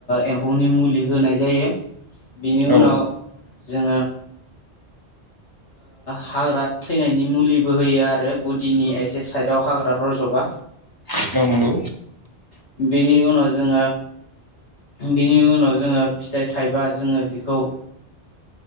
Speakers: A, on the left; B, on the left.
A: एम्फौनि मुलि होनाय जायो बेनि उनाव
B: औ
A: जोंङो हाग्रा थैनायनि मुलिबो होयो आरो गुदिनि एसे साइदआव हाग्रा रज'बा
B: <inaudible> नंगौ
A: बेनि उनाव जोङो बिनि उनाव जोङो फिथाइ थाइबा जोङो बेखौ